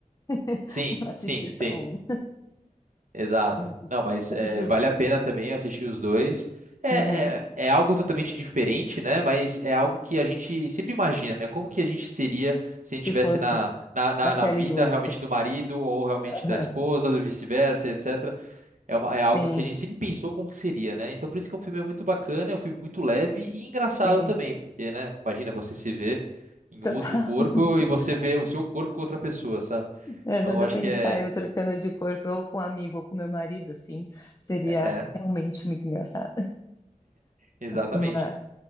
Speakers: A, on the left; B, on the right.
A: <laughs>
B: Sim,
A: eu assisti
B: sim,
A: só
B: tem.
A: um.
B: Exato.
A: Eu não assisti,
B: Não, mas
A: assisti
B: é,
A: os
B: vale
A: dois?
B: a pena também assistir os dois. É,
A: Uhum.
B: é, é algo totalmente diferente, né? Mas é algo que a gente sempre imagina, né? Como que a gente seria se a gente
A: Se
B: estivesse
A: fosse
B: na,
A: de-
B: na, na,
A: da pele
B: na vida
A: do outro.
B: realmente do marido ou realmente
A: Aham.
B: da esposa, ou vice-versa, etc. É, uma- é algo
A: Sim,
B: que a gente sempre pensou como que seria, né? Então por isso que o filme é muito bacana, é um filme muito leve e engraçado
A: sim.
B: também, porque, né? Imagina você se ver em
A: Total.
B: outro corpo
A: <laughs>
B: e você vê o seu corpo com outra pessoa, sabe?
A: É,
B: Então
A: dá
B: eu acho
A: pra
B: que
A: pensar
B: é,
A: eu trocando de corpo, ou com um amigo, ou com meu marido, assim, seria
B: é, é,
A: realmente muito engraçado.
B: exatamente.
A: Mas,